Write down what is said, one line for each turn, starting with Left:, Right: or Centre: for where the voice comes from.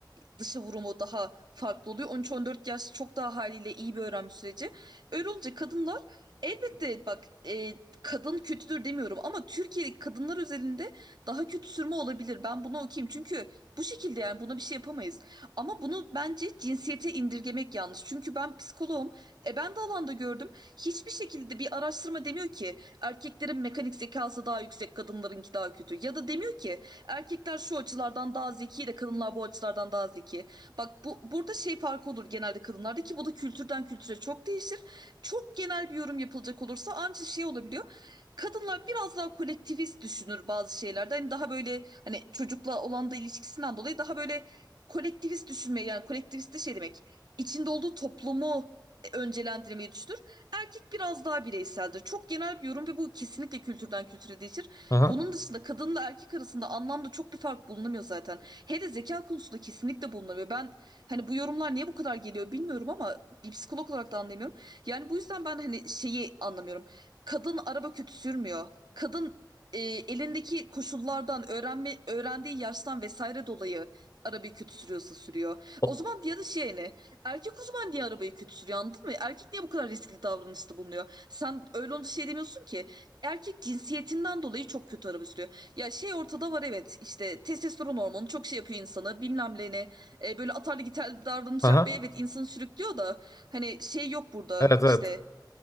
Right: dışa vurumu daha farklı oluyor. On üç on dört yaş çok daha haliyle iyi bir öğrenme süreci. Öyle olunca kadınlar elbette bak e, kadın kötüdür demiyorum ama Türkiye'deki kadınlar özelinde daha kötü sürme olabilir. Ben bunu okuyayım çünkü bu şekilde yani buna bir şey yapamayız. Ama bunu bence cinsiyete indirgemek yanlış. Çünkü ben psikoloğum. E ben de alanda gördüm. Hiçbir şekilde bir araştırma demiyor ki erkeklerin mekanik zekası daha yüksek, kadınlarınki daha kötü. Ya da demiyor ki Erkekler şu açılardan daha zeki de kadınlar bu açılardan daha zeki. Bak bu burada şey farkı olur genelde kadınlarda ki bu da kültürden kültüre çok değişir. Çok genel bir yorum yapılacak olursa ancak şey olabiliyor. Kadınlar biraz daha kolektivist düşünür bazı şeylerde. Hani daha böyle hani çocukla olan da ilişkisinden dolayı daha böyle kolektivist düşünmeyi yani kolektivist de şey demek. içinde olduğu toplumu öncelendirmeyi düşünür. Erkek biraz daha bireyseldir. Çok genel bir yorum ve bu kesinlikle kültürden kültüre değişir.
Left: Aha.
Right: Bunun dışında kadınla erkek arasında anlamda çok bir fark bulunamıyor zaten. Hele zeka konusunda kesinlikle bulunamıyor. Ben hani bu yorumlar niye bu kadar geliyor bilmiyorum ama bir psikolog olarak da anlayamıyorum. Yani bu yüzden ben hani şeyi anlamıyorum. Kadın araba kötü sürmüyor. Kadın e, elindeki koşullardan, öğrenme öğrendiği yaştan vesaire dolayı arabayı kötü sürüyorsa sürüyor.
Left: O-
Right: O zaman ya da şey ne? Erkek uzman diye arabayı kötü sürüyor anladın mı? Erkek niye bu kadar riskli davranışta bulunuyor? Sen öyle olunca şey demiyorsun ki erkek cinsiyetinden dolayı çok kötü arabuluyor. Ya şey ortada var evet işte testosteron hormonu çok şey yapıyor insanı bilmem ne ne, e, böyle atarlı gitarlı davranış
Left: Aha.
Right: yapmaya evet insanı sürüklüyor da hani şey yok burada
Left: Evet evet.
Right: işte